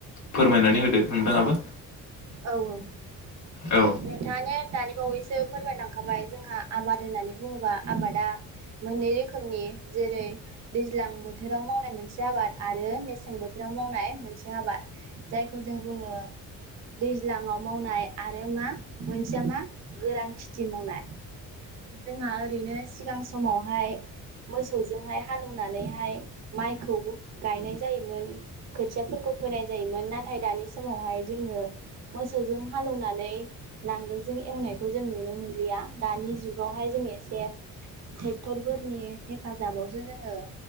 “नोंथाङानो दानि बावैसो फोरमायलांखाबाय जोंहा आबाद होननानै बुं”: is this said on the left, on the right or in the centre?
Right